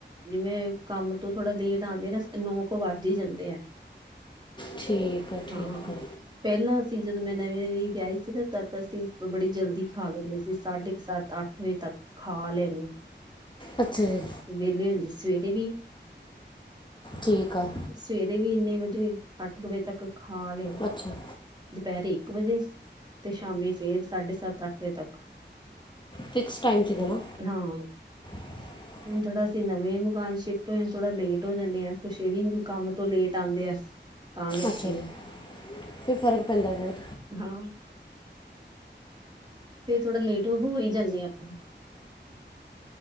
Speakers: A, on the right; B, on the left.
A: ਜਿਵੇਂ ਕੰਮ ਤੋਂ ਥੋੜਾ ਲੇਟ ਆਂਦੇ ਨਾ ਨੌ ਕ ਵੱਧ ਈ ਜਾਂਦੇ ਐ।
B: ਠੀਕ ਆ ਠੀਕ
A: ਹਾਂ।
B: ਆ
A: ਪੈਲਾਂ ਅਸੀਂ ਜਦੋਂ ਮੈਂ ਨਵੀ ਵੀ ਵਿਆਹੀ ਸੀ ਨਾ ਤਾਂ ਅਸੀਂ ਬੜੀ ਜਲਦੀ ਖਾ ਲੈਂਦੇ ਸੀ ਸਾਢੇ ਕ ਸੱਤ ਅੱ ਵੇ ਤੱਕ ਖਾ ਲੈਣੀ।
B: ਅੱਛਾ ਜੀ।
A: ਵੇਲੇ ਹੁੰਦੀ ਸਵੇਰੇ ਵੀ
B: ਠੀਕ ਆ
A: ਸਵੇਰੇ ਵੀ ਇੰਨੇ ਵਜੇ ਅੱਠ ਵਜੇ ਤੱਕ ਖਾ ਲੈਣੀ।
B: ਅੱਛਾ
A: ਦੁਪੈਰੇ ਇੱਕ ਵਜੇ ਤੇ ਸ਼ਾਮੀ ਫੇਰ ਸਾਢੇ ਸੱਤ ਅੱਠ ਵਜੇ ਤੱਕ।
B: ਫਿਕਸ ਟਾਈਮ ਸੀਗਾ ਨਾ
A: ਹਾਂ।
B: <inaudible>
A: ਹੁਣ ਥੋੜਾ ਅਸੀਂ ਨਵੇਂ ਮਕਾਨ ਸ਼ਿਫਟ ਹੋਏ ਆ ਥੋੜਾ ਲੇਟ ਹੋ ਜਾਂਨੇ ਆ ਕੁਸ਼ ਏ ਵੀ ਹੁਣ ਕੰਮ ਤੋਂ ਲੇਟ ਆਂਦੇ ਆ ਤਾਂ ਕਰਕੇ
B: ਅੱਛਾ ਜੀ ਫੇਰ ਫ਼ਰਕ ਪੈਂਦਾ ਬੋਤ।
A: ਹਾਂ। ਫੇਰ ਥੋੜਾ ਲੇਟ ਹੋ ਈ ਜਾਂਨੇ ਆਪਾਂ।